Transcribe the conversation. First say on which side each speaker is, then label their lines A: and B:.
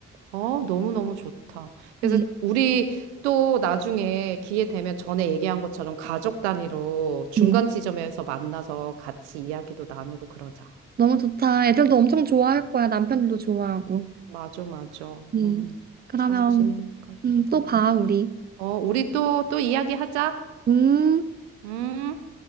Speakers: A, on the right (about 80°); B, on the right (about 30°).
A: 어, 너무너무 좋다. 그래서
B: 음,
A: 우리 또 나중에 기회 되면 전에 얘기한 것처럼 가족 단위로 중간
B: 음.
A: 지점에서 만나서 같이 이야기도 나누고 그러자.
B: 너무 좋다. 애들도 엄청 좋아할 거야. 남편들도 좋아하고.
A: 맞아, 맞아.
B: 음,
A: 음,
B: 그러면
A: 잘 지내니까 좋다.
B: 음, 또 봐, 우리.
A: 어, 우리 또, 또 이야기하자.
B: 음.
A: 음.